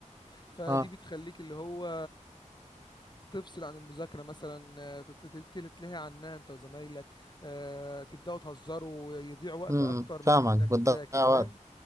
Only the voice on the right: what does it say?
اه
امم
فاهمك
بتضيع
وقت